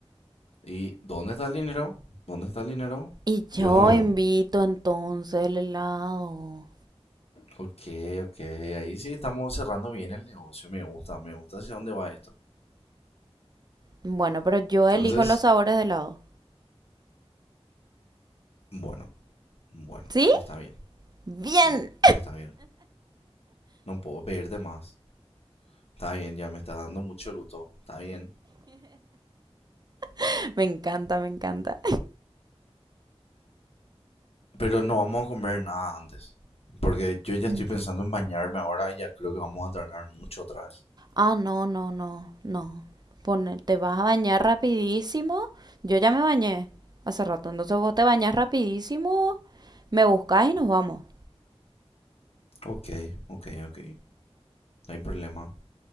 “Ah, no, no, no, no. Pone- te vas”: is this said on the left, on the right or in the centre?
Right